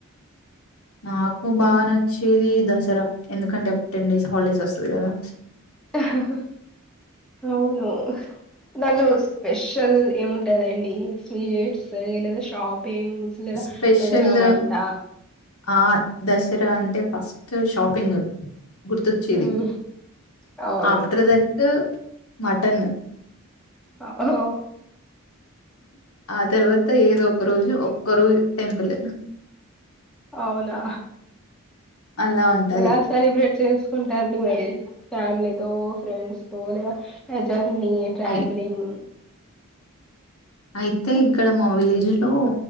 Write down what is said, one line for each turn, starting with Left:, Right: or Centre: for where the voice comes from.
Left: నాకు బాగ నచ్చేది దసరా ఎందుకంటే అప్పుడు టెన్ డేస్ హాలిడేస్ వస్సది కదా
Centre: హా హా అవును దాన్లో స్పెషల్ ఏముంటాందండి స్వీట్స్ లే లేదా షాప్ పెంగ్స్ లేదా
Left: స్పెషల్
Centre: ఏదనా వన్టా
Left: ఆ దసరా అంటే ఫస్ట్ షాపింగ్ గుర్తొచ్చేది
Centre: హ్మ్. అవును.
Left: ఆఫ్టర్ దట్ మటన్
Centre: ఆ ఓ
Left: ఆ తర్వా త ఏదో ఒక రోజు ఒక్క రోజు టెంపులే
Centre: అవునా
Left: అలా ఉంటది
Centre: ఎలా సెలిబ్రేట్ చేస్ చేసుకుంటాం రండి మరి ఫ్యామిలీతో ఫ్రెండ్స్ తో లేద జ ర్నీ ట్రావెలింగ్
Left: అయి అయితే
Centre: హ్మ్.
Left: ఇక్కడ మా విలేజ్ లో